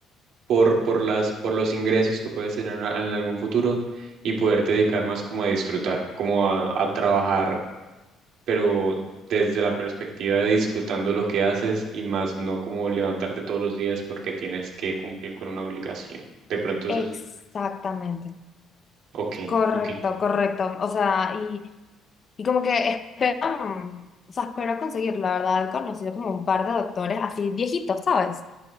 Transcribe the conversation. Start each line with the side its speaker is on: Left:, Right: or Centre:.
Right: por, por las, por los ingresos que puedes tener a- en algún futuro y poderte dedicar más como a disfrutar, como a, a trabajar, pero desde la perspectiva de disfrutando lo que haces y más no como levantarte todos los días porque tienes que cumplir con una obligación. De pronto
Left: exactamente,
Right: eso es, ok,
Left: correcto,
Right: ok.
Left: correcto, o sea, y Y como que esperaron, o sea, espero conseguir, la verdad, he conocido como un par de doctores así viejitos, ¿sabes?